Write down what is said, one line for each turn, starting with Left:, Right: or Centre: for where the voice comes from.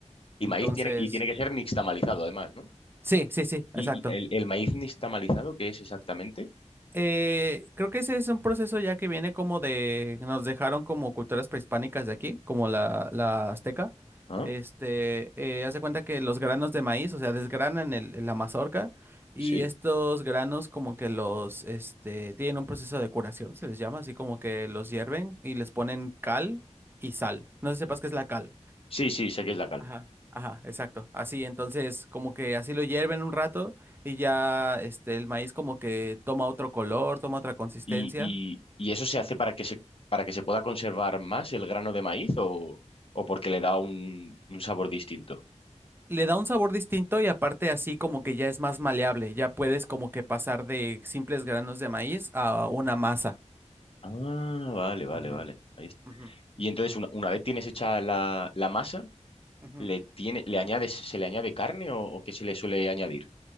Left: Y
Right: Entonces...
Left: maíz tiene, y tiene que ser nixtamalizado, además, ¿no?
Right: Sí, sí, sí, exacto.
Left: ¿Y, y el, el maíz nixtamalizado qué es exactamente?
Right: Eh, creo que ese es un proceso ya que viene como de, nos dejaron como culturas prehispánicas de aquí, como la, la azteca.
Left: Ah,
Right: Este, eh, haz de cuenta que los granos de maíz, o sea, desgranan el, la mazorca y
Left: sí.
Right: estos granos como que los, este, tienen un proceso de curación, se les llama, así como que los hierven y les ponen cal y sal. No sé si sepas qué es la cal.
Left: Sí, sí, sé que es la cal.
Right: Ajá, ajá, exacto. Así, entonces, como que así lo hierven un rato y ya este el maíz como que toma otro color, toma otra consistencia.
Left: ¿Y, y- y eso se hace para que se, para que se pueda conservar más el grano de maíz o, o porque le da un, un sabor distinto?
Right: Le da un sabor distinto y aparte así como que ya es más maleable, ya puedes como que pasar de simples granos de maíz a una masa.
Left: Ah, vale, vale,
Right: Ujú,
Left: vale. Ahí está.
Right: ujú,
Left: Y entonces, una, una vez tienes hecha la, la masa,
Right: ujú.
Left: ¿le tiene, le añades, se le añade carne o, o qué se le suele añadir?